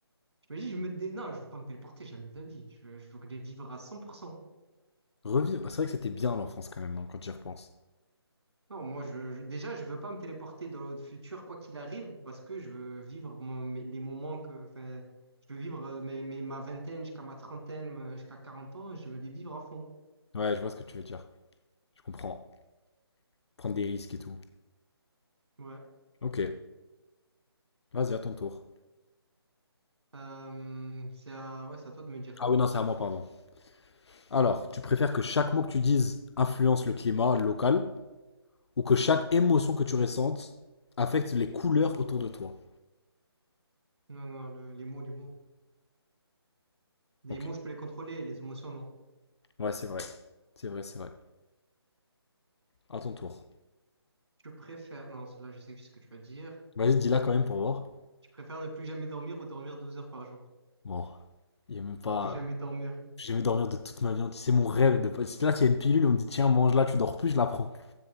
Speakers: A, on the right; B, on the left.
A: J'imagine, je me dé... Non, je veux pas me téléporter jamais de la vie. Je veux, je veux les vivre à 100%.
B: revivre. C'est vrai que c'était bien l'enfance quand même, hein, quand j'y repense.
A: Non, moi, je, je- déjà, je veux pas me téléporter dans le futur, quoi qu'il arrive, parce que je veux vivre mon- mes- les moments que, enfin, je veux vivre euh, mes, mes- ma vingtaine jusqu'à ma trentaine, euh, jusqu'à 40 ans, je veux les vivre à fond.
B: Ouais, je vois ce que tu veux dire. Je comprends. Prendre des risques et tout.
A: Ouais.
B: Ok, vas-y, à ton tour.
A: Euh, c'est à, ouais, c'est à toi de me dire.
B: Ah oui, non, c'est à moi, pardon. Alors, tu préfères que chaque mot que tu dises influence le climat local ou que chaque émotion que tu ressentes affecte les couleurs autour de toi?
A: Non, non, le- les mots, les mots. Les
B: Ok.
A: mots, je peux les contrôler, les émotions, non.
B: Ouais, c'est vrai. C'est vrai, c'est vrai. À ton tour.
A: Tu préfères, non, celle-là, je sais ce que tu vas dire.
B: Vas-y, dis-la quand même pour voir.
A: Tu préfères ne plus jamais dormir ou dormir 12 heures par jour?
B: Bon. Il y a même pas.
A: Ne plus jamais dormir.
B: J'ai jamais dormir de toute ma vie. entière. C'est mon rêve de passer. Là, s'il y a une pilule, on me dit tiens, mange-la, tu dors plus, je la prends.